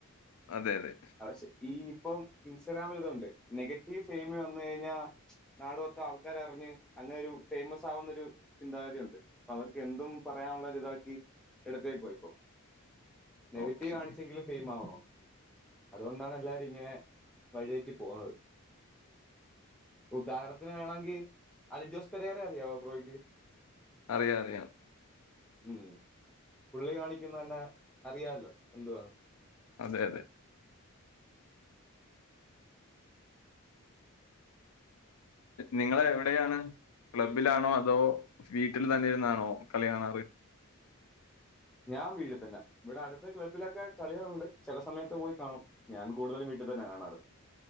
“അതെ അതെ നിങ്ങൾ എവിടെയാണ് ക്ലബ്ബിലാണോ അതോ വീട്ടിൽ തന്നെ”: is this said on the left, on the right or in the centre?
Left